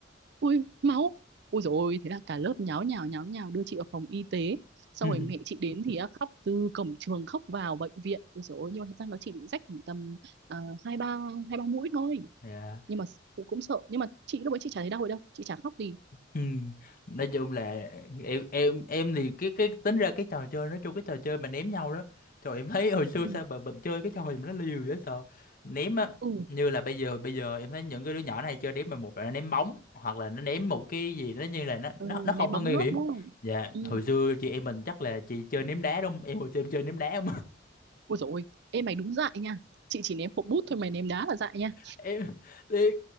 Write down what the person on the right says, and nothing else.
ui máu ui dồi ôi thế là cả lớp nháo nhào nháo nhào đưa chị vào phòng y tế sau
rồi mẹ chị đến thì á, khóc từ cổng trường khóc vào bệnh viện ui dồi ôi nhưng mà thật ra nó chỉ bị rách khoảng tầm ờ, hai ba hai ba mũi thôi
nhưng mà cũng cũng sợ nhưng mà chị lúc ấy chị chả thấy đau rồi đâu chị chả khóc gì
ừ
ừ,
ừ.
ném bóng
nước
đúng không
ừ
Ôi dồi ôi, em mày đúng dại nha. Chị chỉ ném hộp bút thôi mày ném đá là dại nha.